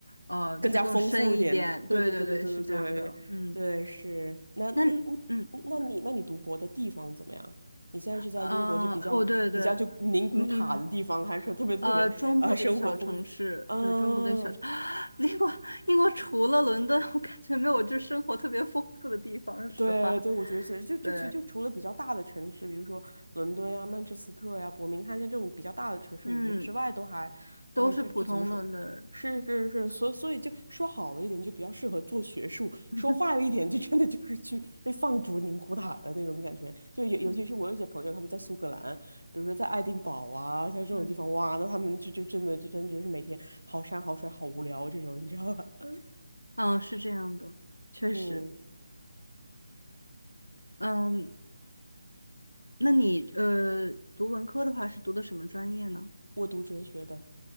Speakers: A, on the left (about 85°); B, on the right (about 85°).
A: 呃，
B: 更加丰富一点。
A: 就是更深一点。对对对，
B: 对对对对对对对对，
A: 是这样的，嗯，
B: 是。那嗯嗯，
A: 那嗯嗯，
B: 嗯那你那你读博的地方怎么样？你现在是在英国就比较比较就宁古塔的地方，
A: 呃，我对对，嗯嗯
B: 还是说特别特别呃生活丰富？
A: 呃，中部的一个小城市，
B: 嗯
A: 对，中部的一个小城，<gasps> <sucks teeth> 英国，英国除了伦敦，我感觉没有就生活特别丰富的地方，说实话，
B: 对对，我觉得其实就就其实就除了比较大的城市，
A: 对，
B: 比如说伦敦呀、曼彻斯特呀、伯明翰像这种比较大的城市，
A: 嗯，
B: 我觉得之外都还对，
A: 都是普通了的，
B: 就就怎么说，是是是，所以所以就说好了一点，就比较适合做学术；
A: <laughs>
B: 说坏了一点，就真的就是去被放逐宁古塔的那种感觉。就尤尤其是我有些朋友他们在苏格兰，
A: 嗯
B: 比如说在爱丁堡啊，像这种地方，
A: 嗯
B: 哇，那他们就就真的就真的就是每天好山好水好无聊这种，你知道吧？<laughs>
A: 嗯，是这样的，确实，
B: 嗯，
A: 嗯，那你呃读文科的话是读的什么专业呢？
B: 我读哲学的。